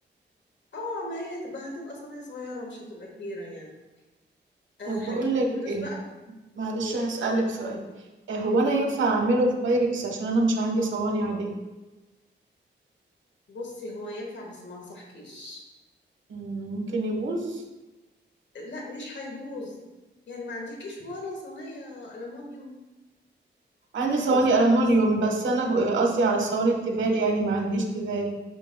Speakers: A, on the left (about 65°); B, on the right (about 80°).
A: اه ما هي هتبقى هتبقى صينية صغيرة مش هتبقى كبيرة يعني
B: طيب
A: أه
B: بقول
A: هتجيبي
B: لك
A: الجلاش
B: ايه
A: بقى
B: معلش
A: ايه
B: هسالك سؤال إيه هو انا
A: قول
B: ينفع اعمله في بايركس عشان انا مش عندي صواني عاديه
A: بصي هو ينفع بس ما انصحكيش
B: مم، ممكن يبوظ
A: لا مش هيبوظ يعني ما عندكيش ولا صينية ألمونيوم
B: عندي صواني
A: أو ستانلس
B: ألمونيوم بس أنا قصدي على الصواني التيفال يعني ما عنديش تيفال